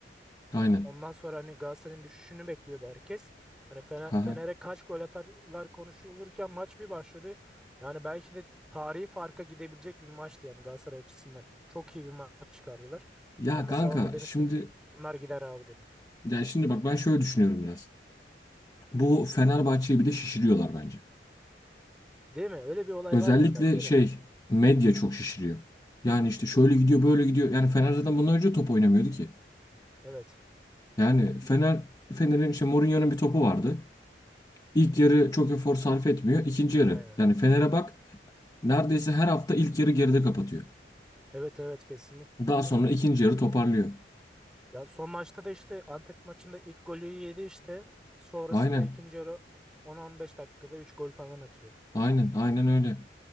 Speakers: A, on the left; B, in the centre.
A: Aynen.
B: Ondan sonra hani Galatasaray'ın düşüşünü bekliyordu herkes. Hani Fener,
A: Ha.
B: Fener'e
A: ha.
B: kaç gol atarlar konuşulurken maç bir başladı. Yani belki de tarihi farka gidebilecek bir maçtı yani Galatasaray açısından. Çok iyi bir maç çıkardılar.
A: Ya
B: Ben mesela
A: kanka
B: orada demiştim
A: şimdi
B: ki bunlar gider abi dedim.
A: ya şimdi bak ben şöyle düşünüyorum biraz. Bu Fenerbahçe'yi bir de şişiriyorlar bence.
B: Değil mi? Öyle bir olay
A: Özellikle
B: var ya bence
A: şey
B: de bu.
A: medya çok şişiriyor. Yani işte şöyle gidiyor böyle gidiyor. Yani Fener zaten bundan önce top oynamıyordu ki.
B: Evet.
A: Yani Fener Fener'in işte Mourinho'nun bir topu vardı. İlk yarı çok efor sarf etmiyor. İkinci yarı
B: Aynen.
A: yani Fener'e bak neredeyse her hafta ilk yarı geride kapatıyor.
B: Evet evet kesinlikle.
A: Daha sonra ikinci yarı toparlıyor.
B: Ya son maçta da işte Antep maçında ilk golü yedi işte. Sonrasında
A: Aynen.
B: ikinci yarı 10-15 dakikada 3 gol falan atıyor.
A: Aynen. Aynen
B: Ya,
A: öyle.